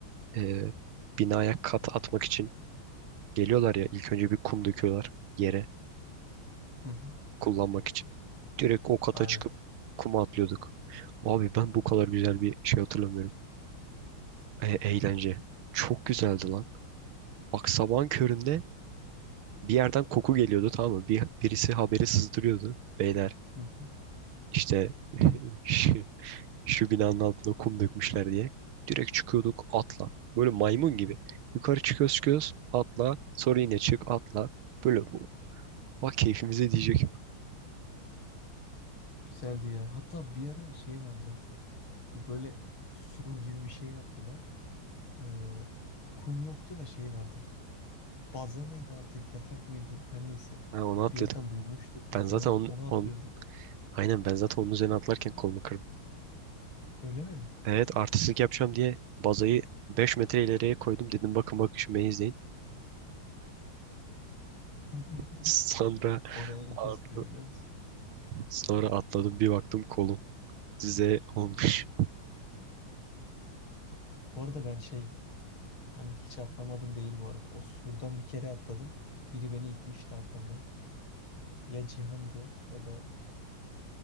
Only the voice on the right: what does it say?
eee binaya kat atmak için geliyorlar ya ilk önce bir kum döküyorlar yere
kullanmak için. Direkt o kata
çıkıp
kuma atlıyorduk. Abi ben bu kadar güzel bir şey hatırlamıyorum. E, eğlence. Çok güzeldi lan. Bak sabahın köründe bir yerden koku geliyordu tamam mı? Bir, birisi haberi sızdırıyordu. Beyler
işte <laughs>
şu, şu binanın altına kum dökmüşler diye. Direkt çıkıyorduk atla. Böyle maymun gibi. Yukarı çıkıyoruz çıkıyoruz atla. Sonra
yine çık atla. Böyle bak keyfimize diyecek.
Ha, onu atladık.
Ben zaten onun,
on, aynen ben zaten onun üzerine atlarken kolumu kırdım.
Evet artistlik yapacağım diye bazayı 5 metre ileriye koydum. Dedim bakın bakın şu beni izleyin.
Sonra
Atla-
Sonra atladım bir baktım kolum Z olmuş.